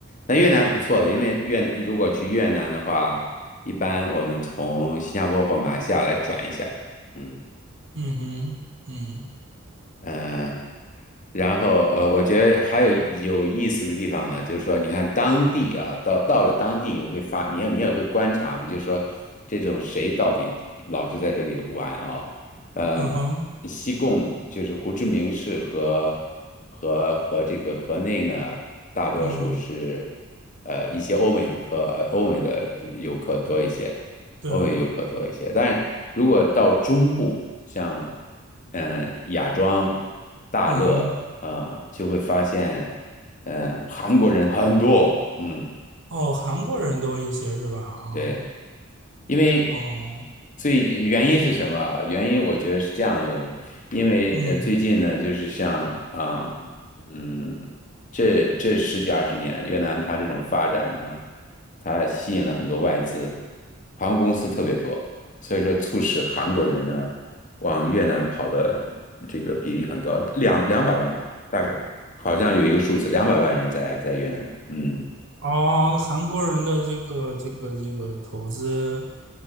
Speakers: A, on the left; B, on the right.
A: 那越南不错的，因为越如果去越南的话，一般我们从新加坡或马来西亚来转一下，嗯。
B: 嗯哼，嗯
A: 嗯，然后呃，我觉得还有有意思的地方呢，就是说，你看当地啊，到到了当地你会发，你也你也会观察嘛，就是说这种谁到底老是在这里玩啊？呃，
B: 嗯哼，
A: 西贡就是胡志明市和和和这个河内呢，大多数是
B: 嗯，
A: 呃一些欧美的客呃欧美的游客多一些，
B: 对啊，
A: 欧美游客多一些。但如果到中部，像嗯、雅庄、大乐，
B: 嗯哼，
A: 呃，就会发现，嗯、韩国人很多，嗯，
B: 哦，韩国人多一些是吧？啊。
A: 对。因为
B: 哦，
A: 最原因是什么啊？原因我觉得是这样的问题，因为呃最近呢，
B: 嗯，
A: 就是像啊嗯，这这十几二十年，越南它这种发展呢，它吸引了很多外资，航空公司特别多，所以说促使韩国人呢往越南跑的这个比例很高，两两百万人大概好像有一个数字，两百万人在在越南，嗯。
B: 哦，韩国人的这个这个这个投资，